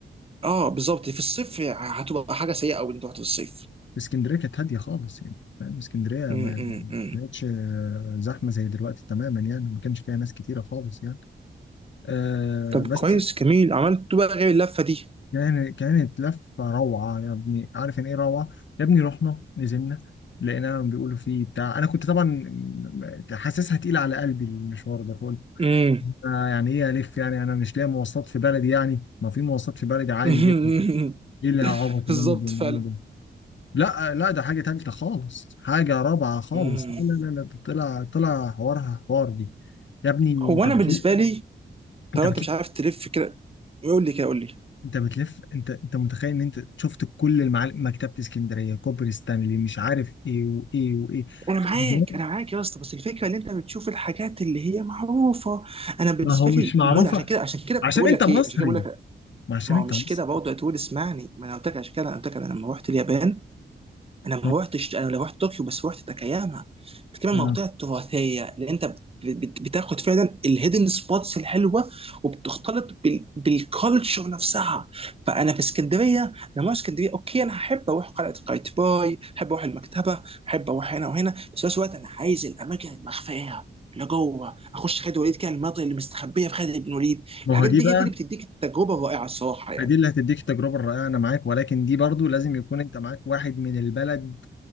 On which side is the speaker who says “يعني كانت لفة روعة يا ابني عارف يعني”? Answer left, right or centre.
Left